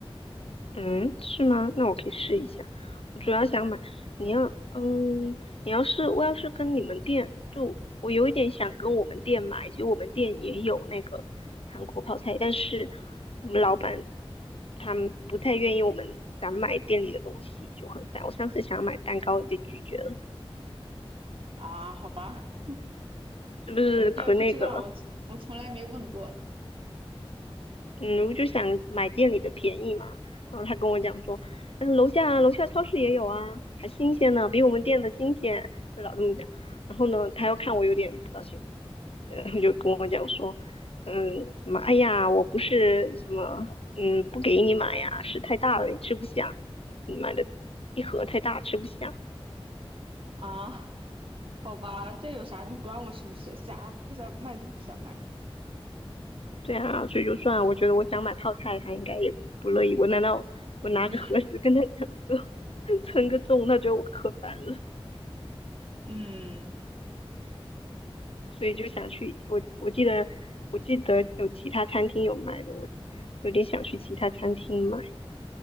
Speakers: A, on the left; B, on the right.
A: 嗯，是吗？那我可以试一下。
B: 嗯
A: 我主要想买，你要，嗯，你要是我要是跟你们店，就我有一点想跟我们店买，其实我们店也有那个韩国泡菜，但是我们老板他们不太愿意我们散买店里的东西，就很烦。我上次想要买蛋糕也被拒绝了，
B: 啊，好吧，
A: 是不是可那个了？
B: 我们店不知道，我从我从来没问过
A: 嗯，我就想买店里的便宜嘛。然后他跟我讲说，嗯，楼下楼下超市也有啊，还新鲜呢，比我们店的新鲜。他老这么讲。然后呢，他又看我有点不高兴，然后就跟我讲说，嗯，什么，哎呀，我不是什么，嗯，不给你买呀，是太大了，你吃不下，你买的一盒太大，吃不下。
B: 啊，好吧，这有啥？你管我是不是？想不想卖就不想卖呗。
A: 对啊，所以就算我觉得我想买泡菜，他应该也不乐意。我难道我拿个盒子跟他讲说
B: 嗯
A: <laughs>，称个重，他觉得我可烦了？
B: 嗯，
A: 所以就想去。我我记得我记得有其他餐厅有卖的，我有点想去其他餐厅买。